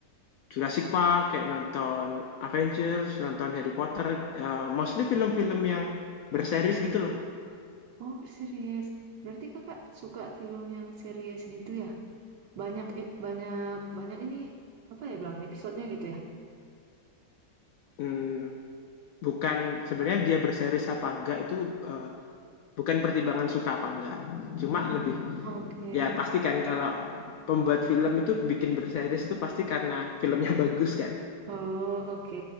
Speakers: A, on the left (about 65°); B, on the right (about 75°).
A: Jurassic Park, kayak nonton Avengers, nonton Harry Potter, eee, mostly film-film yang berseries gitu loh.
B: oh series. Berarti kakak suka film yang series gitu ya? Banyak ep- banyak banyak ini apa ya bilangnya episodenya gitu ya?
A: Mmm. bukan sebenarnya dia berseries apa enggak itu eh, bukan pertimbangan suka apa enggak cuma lebih
B: Oke.
A: ya pasti kan kalau pembuat film itu bikin berseries itu pasti karena filmnya <laughs> bagus kan
B: Oh, oke,